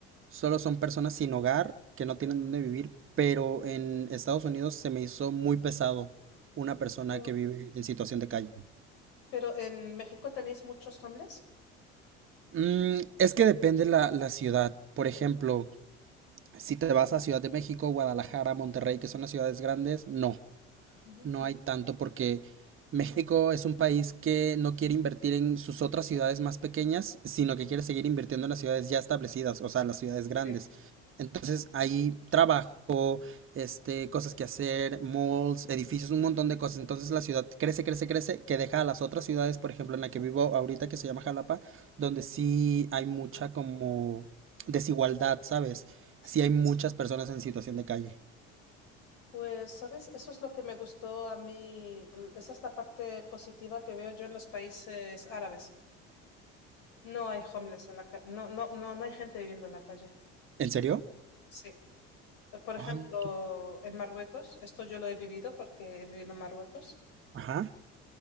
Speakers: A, on the right; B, on the left.
A: solo son personas sin hogar, que no tienen dónde vivir, pero en Estados Unidos se me hizo muy pesado una persona
B: Pero
A: que vive en situación de calle.
B: pero en México tenéis muchos homeless.
A: Mm, es que depende la, la ciudad. Por ejemplo, Si te vas a Ciudad de México, Guadalajara, Monterrey, que son las ciudades grandes, no
B: Ujú.
A: no hay tanto porque México es un país que no quiere invertir en sus otras ciudades más pequeñas, sino que quiere seguir invirtiendo en las ciudades ya establecidas, o sea, las ciudades grandes.
B: Sí,
A: Entonces hay trabajo, este, cosas que hacer, malls, edificios, un montón de cosas. Entonces la ciudad crece, crece, crece, que deja a las otras ciudades, por ejemplo, en la que vivo ahorita, que se llama Jalapa, donde sí hay mucha como desigualdad, ¿sabes?
B: sí.
A: Sí hay muchas personas en situación de calle.
B: Pues, ¿sabes? Eso es lo que me gustó a mí. L- Esa es la parte positiva que veo yo en los países árabes. No hay homeless en la calle, no, no, no, no hay gente viviendo en la calle.
A: ¿En serio?
B: Sí. Por ejemplo,
A: Ay, qué-
B: en Marruecos, esto yo lo he vivido porque he vivido en Marruecos.
A: Ajá.